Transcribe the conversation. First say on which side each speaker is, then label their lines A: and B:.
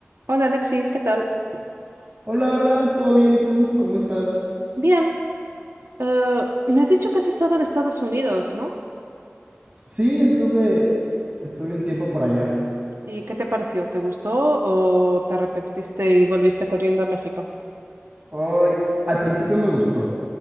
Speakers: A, on the right; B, on the right.
A: Hola Alexis, ¿qué tal?
B: Hola, hola, ¿todo bien? ¿Y tú? ¿Cómo estás?
A: Bien, eh, me has dicho que has estado en Estados Unidos, ¿no?
B: Sí, estuve, estuve un tiempo por allá.
A: ¿Y qué te pareció? ¿Te gustó o te arrepentiste y volviste corriendo a México?
B: Hoy, al principio me gustó.